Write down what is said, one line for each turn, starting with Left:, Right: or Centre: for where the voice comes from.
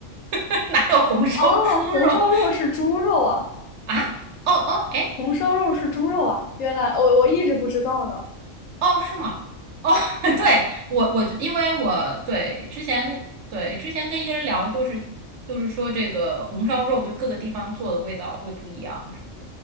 Right: <laughs> 哪有红烧猪肉
Left: 哦，红烧肉是猪肉啊，
Right: 啊？哦哦，哎，
Left: 红烧肉是猪肉啊，原来我我一直不知道呢。
Right: 哦是吗？哦，<laughs> 对，我我因为我对之前对之前跟一个人聊，就是就是说这个红烧肉就各个地方做的味道会不一样，是